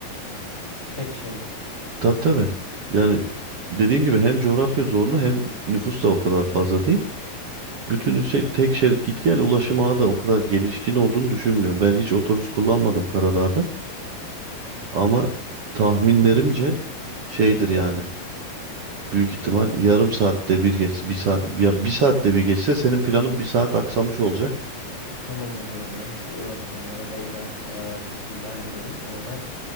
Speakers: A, on the left (about 25°); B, on the right (about 50°).
A: Tek şerit.
B: Tabii tabii. Yani dediğim gibi hem coğrafya zorlu hem nüfus da o kadar fazla değil. Bütün şey tek şerit git gel ulaşım ağı da o kadar gelişkin olduğunu düşünmüyorum. Ben hiç otobüs kullanmadım Karadağ'da ama tahminlerimce şeydir yani. Büyük ihtimal yarım saatte bir geç, bir saat ya bir saatte bir geçse senin planın bir saat aksamış olacak.
A: O, Tamam o zaman ya hiç uğraşmayalım. Arabayı da e, bir şekilde halledelim. Oradan